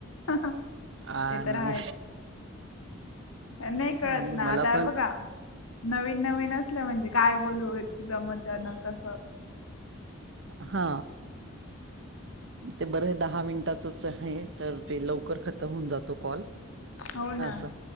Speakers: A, on the left; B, on the right.
A: हह
B: आणि
A: ते तर आहेच नाही कळत
B: आणि
A: ना
B: मला
A: आता हे
B: पण
A: बघा. नवीन नवीन असलं म्हणजे काय बोलू एकदम अचानक अस.
B: हा ते बरं आहे दहा मिनिटाचच आहे तर ते लवकर खतम होऊन जातो कॉल
A: हो ना.
B: असं.